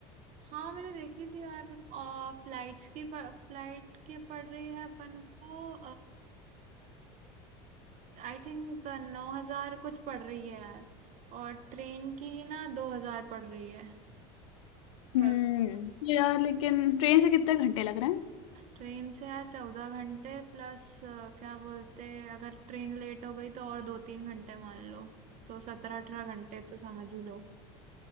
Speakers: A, on the right; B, on the left.
A: हाँ मैंने देखी थी यार आ, फ्लाइट्स की फ्लाइट के पड़ रही है अपन को आई थिंक नौ हजार कुछ पड़ रही है यार और ट्रेन की ना दो हजार पड़ रही है
B: हम्म
A: Per person.
B: यार लेकिन ट्रेन से कितने घंटे लग रहे हैं
A: ट्रेन से यार चौदह घंटे प्लस क्या बोलते अगर ट्रेन लेट हो गई तो और दो तीन घंटे मान लो तो सत्रह अठारह घंटे तो समझ ही लो